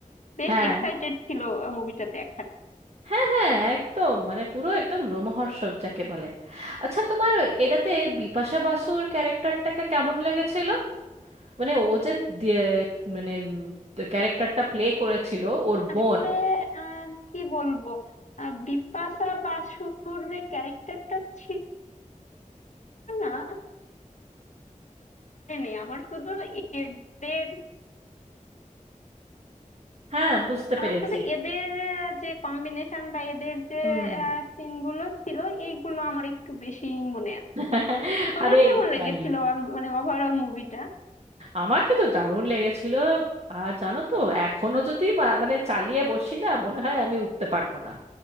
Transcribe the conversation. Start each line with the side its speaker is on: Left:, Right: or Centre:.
Left: বেশ
Right: হ্যাঁ
Left: এক্সাইটেড ছিল মুভিটা দেখার
Right: হ্যাঁ হ্যাঁ একদম মানে পুরো একদম রোমহর্ষক যাকে বলে আচ্ছা তোমার এটাতে বিপাশা বাসুর ক্যারেক্টারটাকে কেমন লেগেছিল মানে ও যে দিয়ে- মানে ক্যারেক্টারটা প্লে করেছিল ওর
Left: আসলে
Right: বোন
Left: আহ কি বলবো আহ, বিপাশা বাসুর যে ক্যারেক্টারটা ছিল না মানে আমার শুধু এদের
Right: হ্যাঁ বুঝতে
Left: আমার
Right: পেরেছি
Left: শুধু এদের আহ, যে কম্বিনেশন বা এদের যে
Right: হুম
Left: সিনগুলো ছিল এইগুলো আমার একটু বেশি মনে আছে
Right: <laughs>
Left: তো তোমার
Right: আরে
Left: কেমন
Right: এটাই
Left: লেগেছিল all- মানে ওভারঅল মুভিটা
Right: আমাকে তো দারুণ লেগেছিল আর জানো তো এখনো যদি মা- মানে চালিয়ে বসি না মনে হয় আমি উঠতে পারবো না